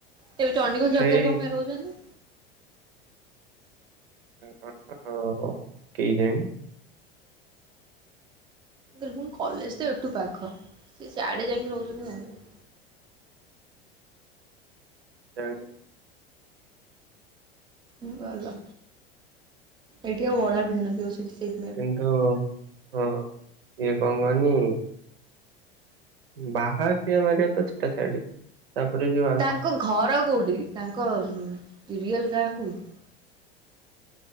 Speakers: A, on the right; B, on the right.
A: ତେବେ ଚଣ୍ଡିଖୋଲ
B: ସେଇ
A: ଛକରେ କ ପାଇଁ ରହୁଛନ୍ତି।
B: କଣ କେଇ ଜାଣି।
A: ମୁ କାଇଲୀ କଲେଜ ତ ଏଠୁ ପାଖ ସେ ସିଆଡେ ଯାଇକି ରହୁଛନ୍ତି କଣ ପାଇଁ।
B: କେଆଣି।
A: ଉଁ ଭଲ ଏଇଠି ଆଉ ଭଡ଼ା ମିଳନଥିବ ସେଠି ସେ
B: କିନ୍ତୁ ହଁ ଇଏ କଣ କହନି। ବାହା ପିଆ ମାରିବ ତ ଛୋଟ ଛୁଆଟି। ତାପରେ ଯୋଉ ଆ
A: ତାଙ୍କ ଘର କୋଉଠି ତାଙ୍କ ରିଅଲ ଗାଁ କୋଉଠି?